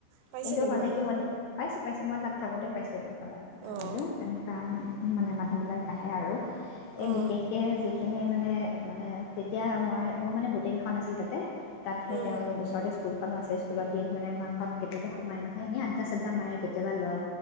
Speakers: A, on the right; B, on the left.
A: পাইছে
B: কিন্তু
A: নেকি
B: হ'লে
A: বাৰু
B: কি মানে পাইছোঁ -পাইছোঁ মই তাত থাকোঁতেও পাইছিলোঁ ঘৰত থাকোঁতেও
A: অঁ
B: তেনেকুৱা মানে মানুহবিলাক আহে আৰু এই
A: অঁ
B: বিশেষকে যি খিনি মানে -মানে তেতিয়া মই মোৰ মানে গোটেইকেইখন আছিল তাতে তাতহে
A: অঁ
B: তেওঁলোকৰ ওচৰতে স্কুল খনো আছে স্কুলত দি মানে মাকহত কেতিয়াবা সোমাই নহয় এনে আ্ডা চা্ডা মাৰে কেতিয়াবা লয়।